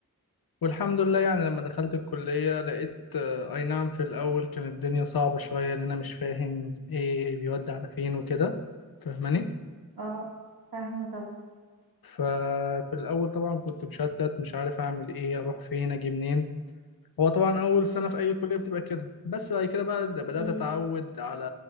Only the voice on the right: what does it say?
اه فاهمة طبعا
اكيد